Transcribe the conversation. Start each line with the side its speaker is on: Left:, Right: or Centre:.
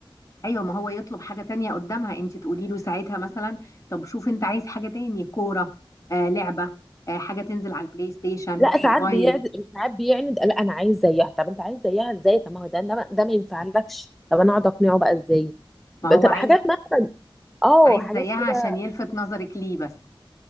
Left: ايوه ما هو يطلب حاجه تانية قدامها انت تقولي له ساعتها مثلا طب شوف انت عايز حاجه تاني كوره آه لعبه آه حاجه تنزل على البلاي ستيشن
Centre: لا
Left: موبايل
Centre: ساعات بيعند ساعات بيعند لا انا عايز زيها طب انت عايز زيها ازاي طب ما هو ده ده ما ده ما ينفعلكش طب انا اقعد اقنعه بقى ازاي
Left: ما
Centre: بتبقى
Left: هو عايز
Centre: حاجات مثلا اه
Left: عايز
Centre: حاجات
Left: زيها
Centre: كده
Left: عشان يلفت نظرك ليه بس